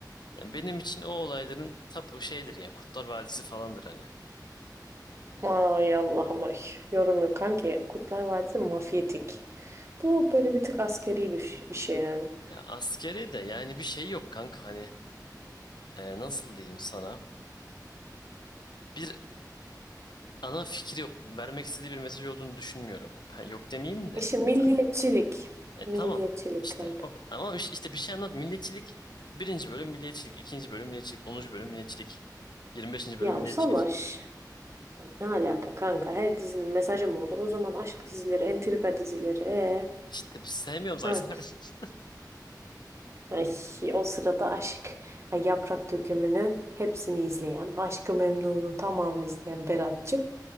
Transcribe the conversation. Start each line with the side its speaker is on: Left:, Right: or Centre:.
Left: ya benim için o olayların tapu şeydir ya Kurtlar Vadisi falandır hani.
Right: Ay Allah'ım ay. Yorum yok kanki. Kurtlar Vadisi mafyatik. Bu böyle bir tık askeri bir, ş- bir şey yani.
Left: Ya askeri de yani bir şey yok kanka hani e, nasıl diyeyim sana bir ana fikri yok vermek istediği bir mesaj olduğunu düşünmüyorum. Ben yok demeyeyim de
Right: İşte milliyetçilik.
Left: sen e, tamam
Right: Milliyetçilik
Left: işte
Right: kanka.
Left: o- ama iş- işte bir şey anlat milliyetçilik birinci bölüm milliyetçilik ikinci bölüm milliyetçilik onuncu bölüm milliyetçilik yirmi beşinci bölüm
Right: Ya
Left: milliyetçilik
Right: o savaş. Ya Ne alaka kanka? Her dizinin mesajı mı olur? O zaman aşk dizileri, entrika dizileri. Ee,
Left: işte sevmiyorum zaten.
Right: ha.
Left: <laughs>
Right: Ay, o sırada aşk ay, yaprak dökümünün hepsini izleyen, Aşk-ı Memnu'nun tamamını izleyen Berat'cığım